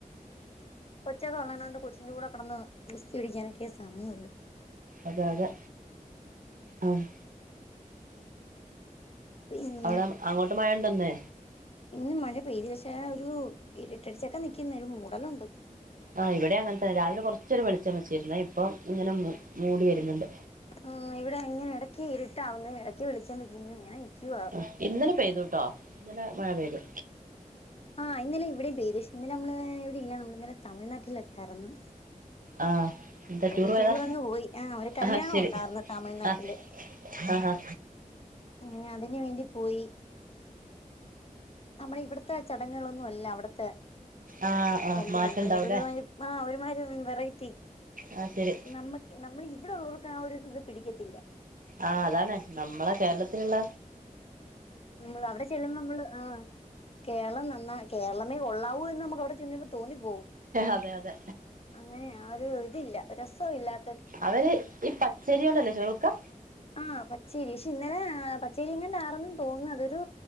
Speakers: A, on the left; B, on the right.
A: കൊച്ചൊക്കെ വന്നെനോണ്ട് കൊച്ചിന്റെ കൂടെ കെടന്ന് ഗുസ്തി പിടിക്കാനൊക്കെ സമയൊള്ളൂ
B: അതതെ ആഹ്
A: പിന്നെ
B: അവിടെ അങ്ങോട്ട് മഴണ്ടോന്ന്
A: ഇന്ന് മഴ പെയ്തു പക്ഷേ ഒരു ഇരിട്ടടിച്ചൊക്കെ നിക്ക്ന്ന് ഒര് മൂടലുണ്ട്
B: ആഹ് ഇവിടെ അങ്ങനെ തന്നെ രാവിലെ കൊറച്ചൊരു വെളിച്ചം വെച്ചിരുന്നേ ഇപ്പൊ ഇങ്ങനെ മൂ മൂടി വര്ന്നുണ്ട്
A: ആഹ് ഇവിടെ ഇങ്ങനെ ഇടയ്ക്ക് ഇരിട്ടാവുന്നു ഇടയ്ക്ക് വെളിച്ചം വെയ്ക്ക്ന്ന് ഇങ്ങനെ നിക്കുവാ
B: ആ ഇന്നലെ പെയ്തു ട്ടോ ഇന്നലെ മഴ പെയ്തു
A: ആഹ് ഇന്നലെ ഇവിടിം പെയ്ത് ശ് ഇന്നലെ നമ്മള് ഇവിടെ ഇല്ല നമ്മള് ഇന്നലെ തിഴ്നാട്ടിലൊക്കെറ്ന്ന്
B: ആഹ് എന്താ
A: ഒരു
B: പോയതാ
A: ടൂർ അങ്ങ് പോയി ആ ഒര് കല്യാണം
B: ആഹ് ശരി
A: ഉണ്ടാറ്ന്നു തമിഴ്നാട്ടില്
B: ആഹ് ആഹ് ഹാ
A: അങ്ങനെ അതിന് വേണ്ടി പോയി നമ്മളെ ഇവ്ട്ത്തെ ചടങ്ങേളോന്നും അല്ല അവിട്ത്തെ
B: ആഹ് ആഹ്
A: കല്യാണത്തിന്
B: മാറ്റണ്ടാവൂലേ
A: ഒര്മാതിരി ആഹ് ഒര്മാതിരി വെറൈറ്റി
B: ആഹ് ശരി
A: നമ്മക്ക് നമ്മള് ഇവിടെ ഉള്ളോർക്ക് ആ ഒര് ഇത് പിടിക്കത്തില്ല
B: ആഹ് അതാണ് നമ്മളെ കേരളത്തില്ള്ള
A: മ്മ് അവടെ ചെല്ലുമ്പോ നമ്മള് ആഹ് കേരളം നന്നാ കേരളമേ കൊള്ളാവൂ എന്ന് നമക്ക് അവിടെ ചെല്ലുമ്പോ തോന്നിപ്പോവും
B: അതെ അതെ
A: അങ്ങനെയാ ആ ഒര് ഇതില്ല രസ ഇല്ലാ
B: അവര് ഈ പച്ചരിയൊണ്ടല്ലേ ചോറ് വെക്ക
A: ആഹ് പച്ചേരി ക്ഷെ ഇന്നലെ പച്ചേരിക്കൊണ്ടാറ്ന്ന് തോന്നുന്നത് ഒരു